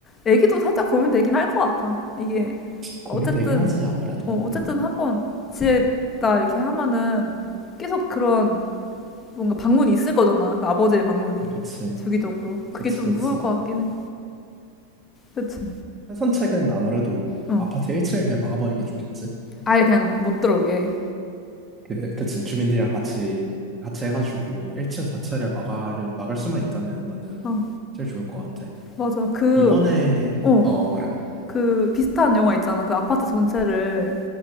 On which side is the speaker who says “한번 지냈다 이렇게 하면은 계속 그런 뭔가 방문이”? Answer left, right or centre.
Left